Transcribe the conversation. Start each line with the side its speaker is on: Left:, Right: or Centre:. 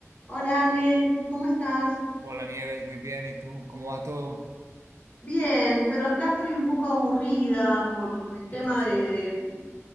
Left: Hola Ale, ¿cómo estás?
Right: Hola Nieves, muy bien. ¿Y tú? ¿Cómo va todo?
Left: Bien, pero acá estoy un poco aburrida por el
Right: ¿Qué
Left: tema
Right: pasa?
Left: de, de-